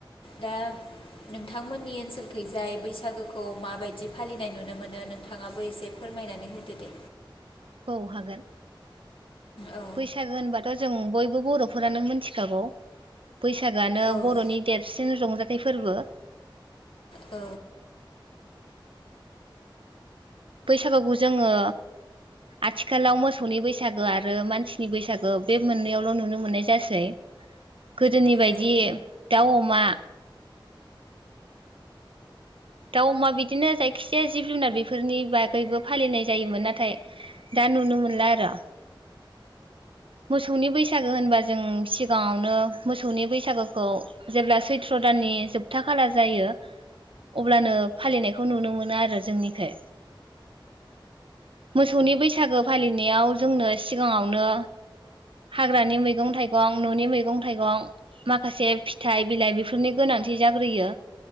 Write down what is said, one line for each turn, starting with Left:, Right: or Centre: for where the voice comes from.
Left: दा नोंथांमोननि ओनसोलखैजाय बैसागोखौ माबायदि फालिनाय नुनो मोनो नोंथाङाबो एसे फोरमायनानै होदो दे।
Right: औ हागोन।
Left: औ
Right: बैसागो होनबाथ' जों बयबो बो बर'फोरानो मिथिखागौ। बैसागोआनो
Left: औ
Right: बर'नि देरसिन रंजा थाइ फोरबो
Left: औ।
Right: बैसागुखौ जोङो आथिखालाव मोसौनि बैसागो आरो मानसिनि बैसागो बे मोननैआवल' नुनो मोननाय जासै। गोदोनि बायदि
Left: औ
Right: दाउ अमा मा दाउ अमा बिदिनो जायखिजाया जिब जुनार बेफोरनि बागैबो फालिनाय जायोमोन नाथाय दा नुनो मोनला आरो। मोसौनि बैसागो होनबा जों सिगाङावनो मोसौनि बैसागोखौ जेब्ला सैथ्र' दाननि जोबथा खाला जायो, अब्लानो फालिनायखौ नुनो मोनो आरो जोंनिखै। मोसौनि बैसागोआव फालिनायाव जोंनो सिगाङावनो हाग्रानि मैगं थाइगं न'नि मैगं थाइगं माखासे फिथाइ बिलाइ बेफोरनि गोनांथि जाग्रोयो